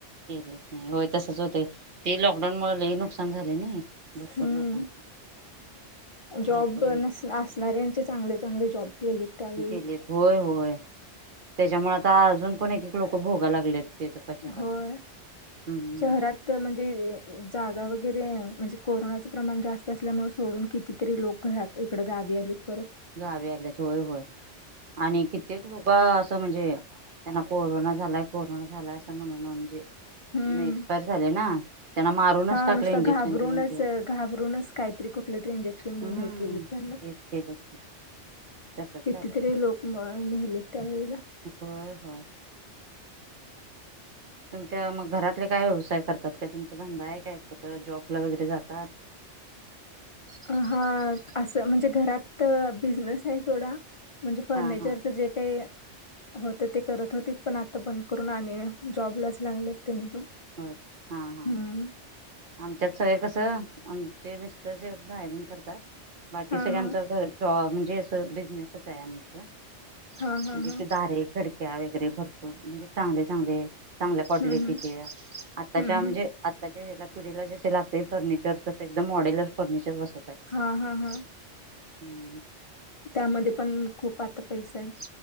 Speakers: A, on the right (about 50°); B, on the left (about 50°).
A: केलंच नाही होय तसच होतय ते लॉकडाऊन मुळ लय नुकसान- झाले नाये भरपूर
B: हम्म
A: लोकांचे
B: जॉब
A: भरपूर
B: नस असणारयांचे चांगले चांगले जॉब केलेत त्यावेळी
A: गेलेत होय होय त्याच्यामुळे आता अजून पण एकीकडे खुप लोक भोगा लागलेत त्याचा पश्चाताप
B: होय
A: हम्म
B: शहरात म्हणजे जागा- वगैरे म्हणजे कोरोनाचे प्रमाण जास्त असल्यामुळे सोडून कितीतरी लोक घरा इकडे गावी आलेत परत.
A: गावी आल्यात होय होय आणि कित्येक लोक असं म्हणजे- त्यांना कोरोना झालाय कोरोना झालाय असं म्हणण म्हणजे-
B: हम्म.
A: मग एक्सपायर झाले ना त्यांना मारूनच
B: हा
A: टाकले
B: नुसता
A: इंजेक्शन
B: घाबरूनच
A: देऊन देऊन
B: घाबरूनच काहीतरी कुठले तरी इंजेक्शन देऊन
A: हम्म.
B: हे केलेत त्यांना-
A: तेच केलं की तसच
B: कितीतरी
A: झालं
B: लोक मेहलेत त्यावेळेला
A: होय होय तुमच्या मग घरातले काय व्यवसाय करतात काय तुमचा धंदा आहे कायत जॉबला वगैरे जातात
B: अ हा असं म्हणजे घरात बिझनेस आहे सोडा म्हणजे फर्निचरचं
A: हा हा
B: जे काही हो तर ते करत होती पण आता बंद करून आणि जॉबलाच लागलेत त्यांनी पण.
A: हो हा हा
B: हम्म.
A: आमच्यात सगय कस- मिटर ड्रायंग करतात बाकी
B: हा
A: सगळे
B: हा
A: जॅब <unintelligible> ज अस बिजनेसच आहे आमच म्हणजे
B: हा हा हा
A: कि दारे खडक्या वगैरे भर- म्हणजे चांगले चांगले चांगल्या कडले
B: हम्म
A: <unintelligible>
B: हम्म
A: तिथे आत्ताच्या
B: हम्म
A: म्हणजे
B: हम्म
A: आताच्या- पिढीला जसे लागते फर्निचर तस एकदम मॉडेलर फर्निचर बसत-
B: हा हा हा
A: हम्म
B: त्यामध्ये पण खूप आता पैसा आहे